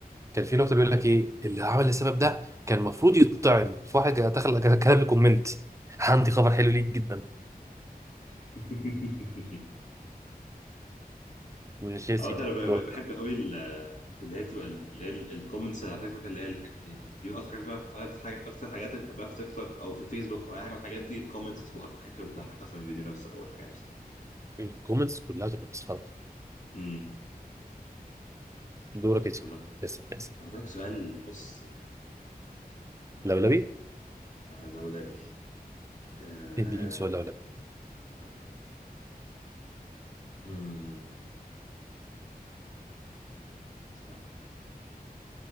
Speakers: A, on the right; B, on the left.
A: كان في نقطة بيقول لك ايه اللي عمل السبب ده كان المفروض يتطعن في واحد دخل كتب لي كومنت عندي
B: مم.
A: خبر حلو ليك جدا
B: <laughs>
A: ماشي يا سيدي
B: أو أنا ب- ب-
A: دورك
B: بحب أوي ال... اللي هي بتبقى ال- اللي هي ال- الكومنتس اللي على تيك توك اللي هي الحاجة... دي من أكتر حاجات بقى أكتر حاجة أكتر حاجات اللي بحبها في تيك توك أو في فيسبوك أو أي حاجة من الحاجات دي الكومنتس بتبقى أكتر حتة بتضحك أصلا من الفيديو نفسه أو الحاجة نفسها
A: الكومنتس كلها تبقى مسخره
B: امم استنى
A: دورك
B: أفكر
A: يا سيدي
B: لك
A: لسه بتحصل
B: أفكر لك سؤال بص يعني
A: لولبي
B: أنا لولبي آه...
A: اديني سؤال لولبي
B: استنى يا نبي. مم... استنى